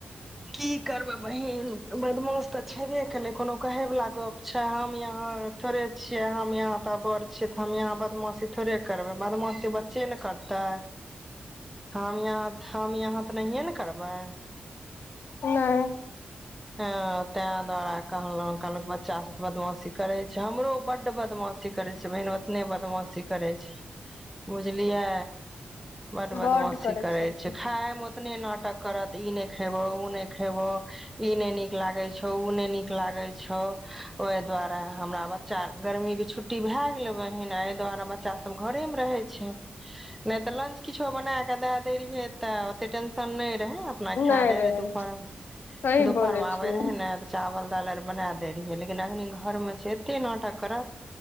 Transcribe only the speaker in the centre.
की करबै बहिन बदमाश तऽ छेबे केलै कोनो कहेवला गप छै हम यहाँ थोड़े छियै हम यहाँ तऽ बड़ छियै तऽ हम यहाँ बदमाशी थोड़े करबै बदमाशी बच्चे ने करतै हम यहाँ हम अहाँ तऽ नहिए ने करबै
हँ ताँ दुआरे कहलहुँ आइकालूक बच्चासभ तऽ बदमाशी करै छै हमरो बड्ड बदमाशी करै छै बहिन ओतने बदमाशी करै छै बुझलियै बड्ड
बदमाशी करै
छै खाइ मे ओतने न- करत इ नहि खेबो उ ने खेबो ई ने नीक लागै छो तऽ उ नै नीक लागै छो ओइ दुआरे हमरा बच्चा आरके गर्मी के छुट्टी भए गेलै बहिन ऐ दुआरे बच्चा सब घरे मे रहै छै नै तऽ लंच किछो बना केए देय दैत रहियै तऽ ओत्ते टेंनशन नहि रहै खा
लै
रहै दुपहर मे
दुपहर
मे आबै
रहै ने तऽ चावल दाल आर बना देै रहियै लेकिन अखनी घर मे छै एत्ते नटाक करत